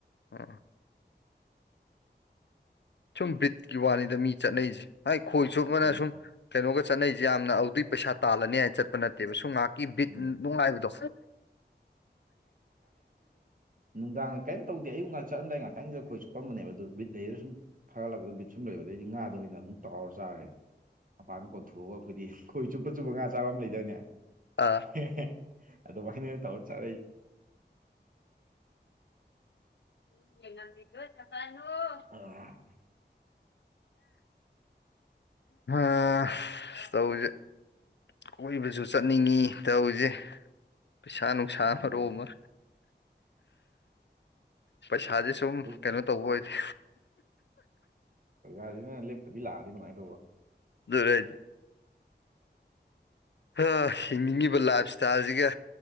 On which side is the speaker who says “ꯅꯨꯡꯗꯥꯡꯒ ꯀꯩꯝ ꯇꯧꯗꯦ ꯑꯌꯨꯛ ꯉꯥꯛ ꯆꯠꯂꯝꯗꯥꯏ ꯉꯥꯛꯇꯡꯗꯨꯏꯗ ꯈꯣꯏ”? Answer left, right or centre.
Right